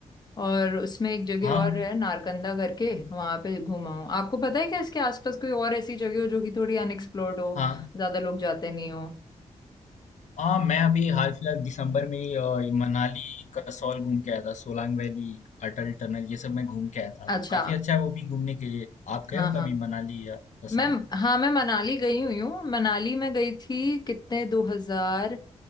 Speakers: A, on the left (about 35°); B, on the left (about 70°).
A: और उसमें एक जगह
B: हाँ
A: और है नारकंदा करके वहां पे घुमाऊं आपको पता है क्या इसके आसपास कोई और ऐसी जगह हो जो कि थोड़ी अनएक्सप्लोर्ड हो
B: हाँ
A: ज्यादा लोग जाते नहीं हो
B: हाँ मैं अभी हाल फिलहाल दिसंबर में अ, ये मनाली कसौल घूम के आया था सोलांग वैली अटल टनल ये सब मैं घूम के आया था
A: अच्छा
B: तो काफी अच्छा है वो भी घूमने के लिए आप गए
A: हाँ
B: हो
A: हाँ
B: कभी मनाली या कसौल
A: मैम हाँ मैं मनाली गई हुई हूँ मनाली में गई थी कितने 2023